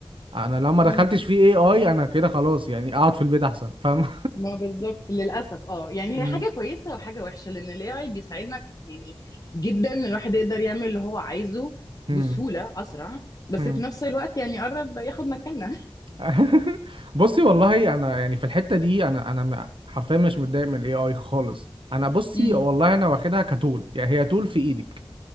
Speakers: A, on the right; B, on the left.
A: انا لو ما
B: مم.
A: دخلتش فيه اي اي انا كده خلاص يعني اقعد في البيت احسن فاهم
B: ما بالظبط للاسف اه يعني
A: مم.
B: هي حاجه كويسه وحاجه وحشه لان الاي اي بيساعدنا يعني جدا إن الواحد يقدر يعمل اللي هو عايزه
A: مم.
B: بسهوله اسرع بس
A: مم.
B: في نفس الوقت يعني قرب ياخد مكاننا
A: <laughs> بصي والله انا يعني في الحته دي انا انا م- حرفيا مش متضايق من الاي اي خالص انا بصي
B: امم
A: والله انا واخدها كتول يعني هي تول في ايدك